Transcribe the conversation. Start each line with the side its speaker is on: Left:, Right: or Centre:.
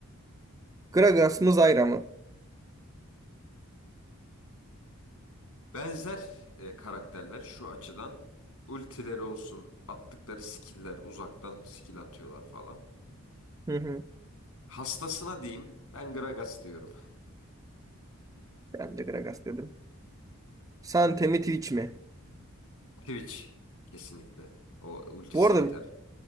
Right: Gragas mı Zyra mı?
Left: Benzer e, karakterler şu açıdan ultileri olsun, attıkları skill'ler uzaktan skill atıyorlar falan.
Right: Hı hı.
Left: Hastasına diyeyim. Ben Gragas diyorum.
Right: Ben de Gragas dedim. Sante mi Twitch mi?
Left: Twitch. Kesinlikle. O ultisi
Right: Bu arada
Left: yeter.